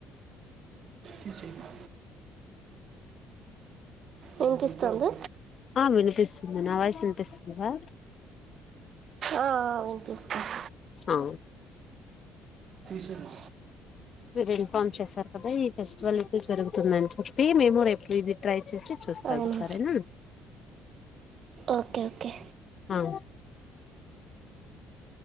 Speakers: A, on the right; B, on the left.
A: తీసేయమ్మా వినిపిస్తోందా
B: ఆ వినిపిస్తుంది నా వయస్ వినిపిస్త్ కదా
A: ఆ ఆ వినిపిస్తుంది
B: ఆ
A: తీశిన
B: మీరు ఇన్ఫార్మ్ చేశారు కదా ఈ ఫెస్టివల్ ఎప్పుడు జరుగుతుందని చెప్పి మేము రేపు ఇది ట్రై చ్చేసి చూస్తాను
A: అవునా
B: సరేనా
A: ఓకే ఓకే
B: ఆ అను